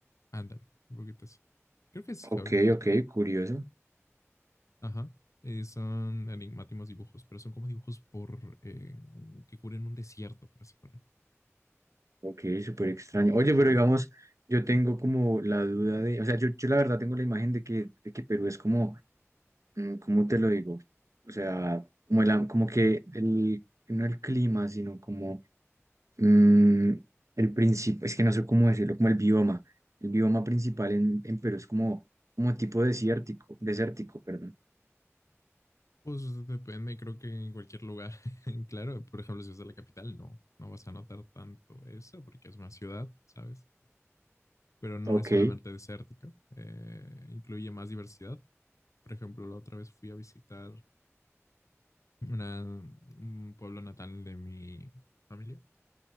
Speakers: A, on the left; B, on the right.
A: Ándale, un poquito así. Creo que es geoglifos,
B: Ok, ok,
A: pero...
B: curioso.
A: Ajá. Eh, son enigmáticos dibujos, pero son como dibujos por eh, que cubren un desierto, por así poner.
B: Ok, súper extraño. Oye, pero digamos, yo tengo como la duda de, o sea, yo, yo la verdad tengo la imagen de que, de que Perú es como, mm, ¿cómo te lo digo? O sea, como, el, am- como que el, no el clima, sino como mm, el principio, es que no sé cómo decirlo, como el bioma. El bioma principal en, en Perú es como, como tipo desértico, desértico, perdón.
A: Pues depende, creo que en cualquier lugar. <laughs> Claro, por ejemplo, si vas a la capital, no, no vas a notar tanto eso porque es una ciudad, ¿sabes? Pero no
B: Ok,
A: es solamente desértica eh, incluye más diversidad. Por ejemplo, la otra vez fui a visitar una, un pueblo natal de mi familia